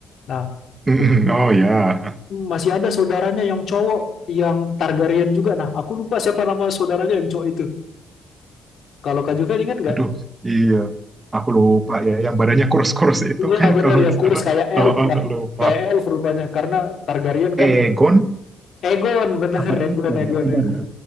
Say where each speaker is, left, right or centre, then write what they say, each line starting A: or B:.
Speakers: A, on the left; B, on the right.
A: Nah,
B: hmm,
A: itu
B: Oh ya,
A: masih ada saudaranya yang cowok yang Targaryen juga. Nah, aku lupa siapa nama saudaranya yang cowok itu. Kalau Kak Juven ingat nggak?
B: aduh iya. Aku lupa ya, yang badannya kurus-kurus itu
A: Iya
B: kan
A: bener,
B: kalau nggak
A: yang kurus
B: salah.
A: kayak
B: Oh,
A: elf
B: oh,
A: lah.
B: lupa.
A: Kayak elf rupanya, karena Targaryen kan
B: Egon
A: Egon, bener,
B: apa
A: Egon,
B: Egon
A: Egon,
B: ya? Egon
A: Egon.
B: ya.